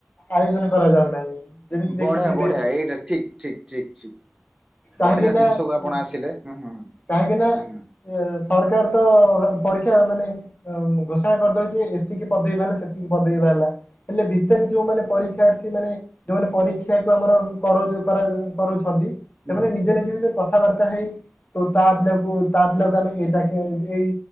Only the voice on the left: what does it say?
ଆୟୋଜନ କରାଯାଉନାହିଁ। ଯେମିତି
ଦେଖିଥିବେ
କାହିଁକି
ନା
କାହିଁକି ନା ଏ ସରକାର ତ ପରୀକ୍ଷା ମାନେ ଅ ଘୋଷଣା କରିଦଉଛି ସେତିକି ପଦବୀ ମାନେ ସେତିକି ପଦବୀ ବାହାରିଲା, ହେଲେ ଭିତରେ ଯୋଉ ମାନେ ପରୀକ୍ଷାର୍ଥୀ ମାନେ ଯୋଉମାନେ ପରୀକ୍ଷାକୁ ଆମର କରଉଚୁ କରାଯାଏ କରଉଛନ୍ତି
ସେମାନେ ନିଜେ ନିଜେ ଭିତରେ କଥାବାର୍ତ୍ତା ହେଇ ତୋ ତା ପିଲାକୁ ତା ପିଲାକୁ ତ ଆମେ ଏଇ ଚାକି, ଏଇ